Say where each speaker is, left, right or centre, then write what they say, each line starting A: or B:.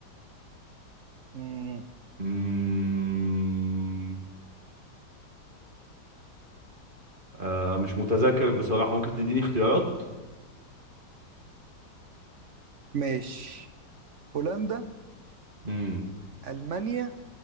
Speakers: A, on the right; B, on the right.
A: مم.
B: مم... آه مش متذكر بصراحة ممكن تديني اختيارات
A: ماشي هولندا
B: مم.
A: ألمانيا